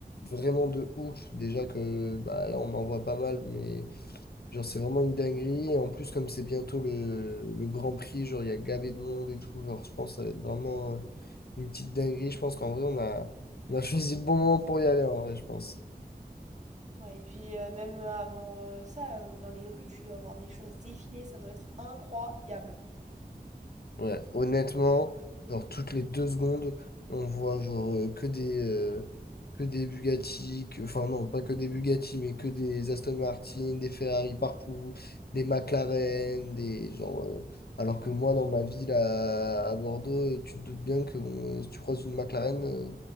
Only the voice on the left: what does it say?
vraiment de ouf. Déjà que bah, là, on en voit pas mal, mais genre, c'est vraiment une dinguerie. Et en plus, comme c'est bientôt le, le Grand Prix, genre, il y a gavé de monde et tout. Genre, je pense que ça va être vraiment euh, une petite dinguerie. Je pense qu'en vrai, on a, on a <laughs> choisi le bon moment pour y aller, en vrai, je pense.
Ouais, honnêtement, genre toutes les deux secondes, on voit genre euh, que des euh, que des Bugatti, que- enfin non, pas que des Bugatti, mais que des Aston Martin, des Ferrari partout, des McLaren, des genre euh, alors que moi dans ma ville à, à Bordeaux, euh, tu te doutes bien que bon, euh, si tu croises une McLaren, euh,